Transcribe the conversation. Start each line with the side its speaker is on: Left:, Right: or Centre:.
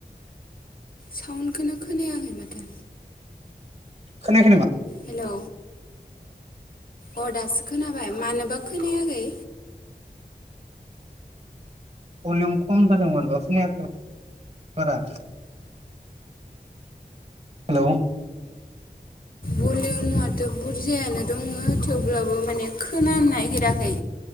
Left: साउन्डखौनो खोनायाखै माथो
Right: खोनायाखै नामा?
Left: हेलौ अ दासो खोनाबाय मानोबा खोनायाखै
Right: भलिउम खम जादोंमोन बेयाव खोनायाखैमोन बारा हेल'
Left: भलियमआथ' बुरजायानो दङ थेवब्लाबो माने खोनानो नागिराखै